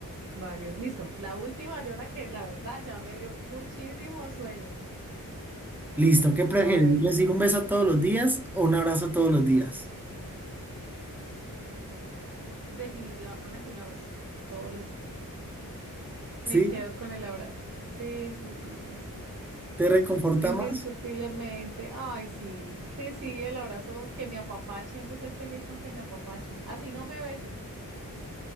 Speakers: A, on the right (about 45°); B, in the centre.
A: Válido. Listo. La última, Jonah, que la verdad ya me dio muchísimo sueño.
B: Listo, ¿qué prefieres?
A: A ver,
B: <laughs> ¿Recibir un beso todos los días o un abrazo todos los días?
A: definitivamente un abrazo todos los días.
B: ¿Sí?
A: Me quedo con el abrazo. Sí, sí, sí, sí, sí.
B: ¿Te reconforta
A: Indiscutiblemente.
B: más?
A: Ay, sí, sí, sí, el abrazo que me apapachen. Yo soy feliz con que me apapachen. Así no me besen.